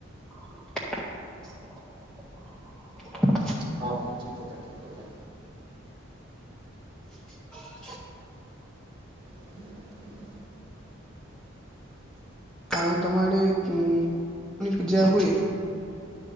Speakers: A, in the centre; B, on the right.
A: <inaudible>
B: ହଁ ହଁ ଠିକ କଥା ଠିକ କଥା।
A: <inaudible>
B: ହୁଁ ହୁଁ।
A: ଆଉ ତମଆଡେ ଉ ପୂଜା ହୁଏ।